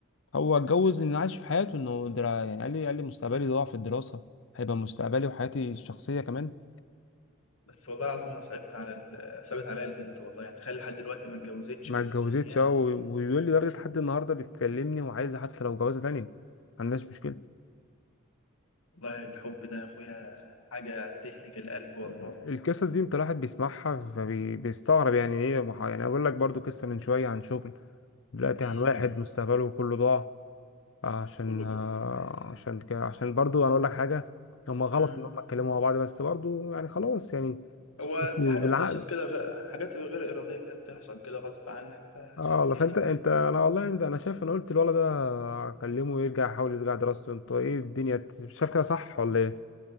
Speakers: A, on the left; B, on the left.
A: هو اتجوز انه عايش في حياته انه درا- يعني قال لي قال لي مستقبلي ضاع في الدراسة هيبقى مستقبلي وحياتي الشخصية كمان
B: بس والله العظيم انا صعبت على ال... صعبت عليا البنت والله يعني تخيل لحد دلوقتي ما اتجوزتش
A: ما
B: ومستنياه
A: اتجوزتش اه و- ويقول لي لدرجة لحد النهاردة بيتكلمني وعايز حتى لو جوازة تانية ما عندهاش مشكلة
B: والله الحب ده يا اخويا حاجه تهلك القلب والله
A: فالقصص دي انت الواحد بيسمعها فبيستغرب يعني ايه ما ح- يعني اقول لك برضو قصة من شوية عن شغل دلوقتي
B: مم.
A: عن واحد مستقبله كله ضاع عشان
B: كله
A: آه، عشان ك- عشان برضو انا اقول لك حاجة هما غلط
B: مم.
A: ان هما اتكلموا مع بعض بس برضو يعني خلاص يعني
B: هو
A: بالعقل
B: في حاجة بتحصل كده غ- حاجات غير إرادية كده بتحصل كده غصب عنك فهتعمل
A: اه والله
B: إيه
A: فانت
B: بقى؟
A: انت انا والله انت انا شايف انا قلت الولد ده اكلمه يرجع يحاول يرجع دراسته انت ايه الدنيا ت- شايف كده صح ولا ايه